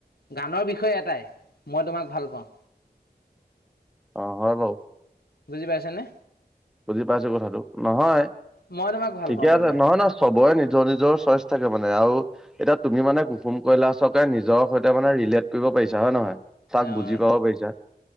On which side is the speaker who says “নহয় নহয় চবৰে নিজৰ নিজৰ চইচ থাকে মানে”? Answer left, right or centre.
Centre